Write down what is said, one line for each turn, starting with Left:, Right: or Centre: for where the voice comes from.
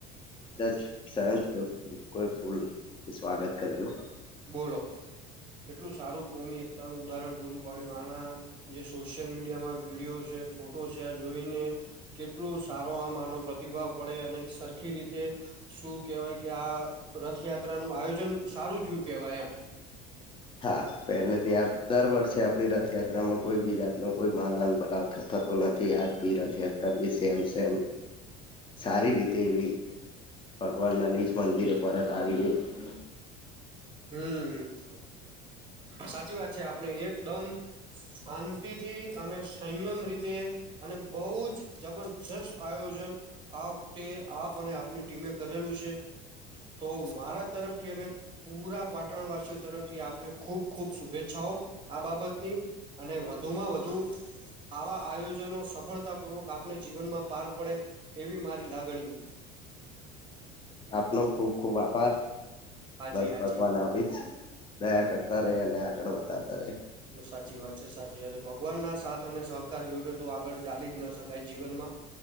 Left: કદાચ સહન કોઈ ફૂલ સ્વાગત કરે ને.
Right: બોલો એટલું સારું કોમી. પોતાનું ઉદાહરણ પૂરું પાડ્યું આના જે સોશિયલ મીડિયામાં. વિડીયો છે ફોટો છે આ જોઈને. કેટલું સારો આ માનો પ્રતિભાવ પડે અને સરખી રીતે. શું કેવાય કે આ રથયાત્રા નું આયોજન સારું થયું કેવાય એમ.
Left: હા પેલે ત્યાં દર વર્ષે આપડી રથયાત્રામાં કોઈ બી જાત ન કોઈ માન આન બલાવ થતો નથી આ બી રથયાત્રા બી સેમ સેમ સારી રીતે એવી ભગવાન ના નિનીજ મંદિરે પરત આવી ગયો- -
Right: હમ- - સાચી વાત છે આપણે એકદમ શાંતિથી અને સંયમ રીતે- - અને બોહ જ જબરજસ્ત આયોજન- - આ વખતે આપ અને આપની ટીમે કરેલું છે. તો મારા તરફથી અને પુરા પાટણવાસીઓ તરફથી આપને- - ખૂબ ખૂબ શુભેચ્છાઓ આ બાબતની અને વધુમાં વધુ- - આવા આયોજનો સફળતાપૂર્વક આપને જીવનમાં પાર પડે એવી મારી લાગણીઓ- -
Left: આપનો ખુબ ખુબ આભાર
Right: હાજી
Left: બસ
Right: હાજી
Left: ભગવાન આવડી જ- - દયા કરતા રે અને આગળ વધારતા રહયા.
Right: સાચી વાત છે સાચી વાત ભગવાન ના સાથ અને સહકાર વગર તો આગળ- - ચાલી જ ન શકાય જીવનમાં